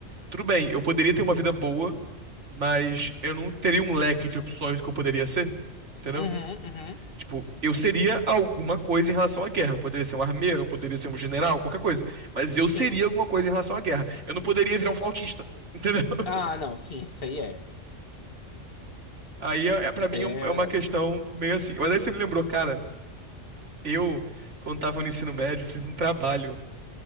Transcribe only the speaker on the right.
tudo bem, eu poderia ter uma vida boa. mas eu não teria um leque de opções do que eu poderia ser, entendeu?
Tipo, eu seria alguma coisa em relação à guerra. Eu poderia ser um armeiro, eu poderia ser um general, qualquer coisa. Mas eu
seria alguma coisa em relação à guerra. Eu não poderia virar um flautista, entendeu? <laughs>
Aí, é, é- pra
mim,
é
um- é
uma questão meio assim. Mas aí você me lembrou, cara, eu, quando tava no ensino médio, fiz um trabalho